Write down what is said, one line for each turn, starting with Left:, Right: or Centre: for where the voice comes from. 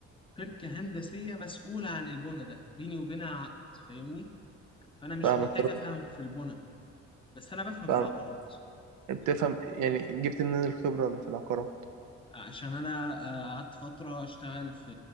Left: شركة هندسية مسؤولة عن البنى ده بيني وبينها عقد فاهمني فأنا مش
Right: فاهمك
Left: محتاج
Right: طب
Left: أفهم في البنى بس أنا بفهم
Right: فاهمك
Left: في العقارات
Right: بتفهم يعني جبت منين الخبرة اللي في العقارات
Left: عشان أنا آه، قعدت فترة أشتغل في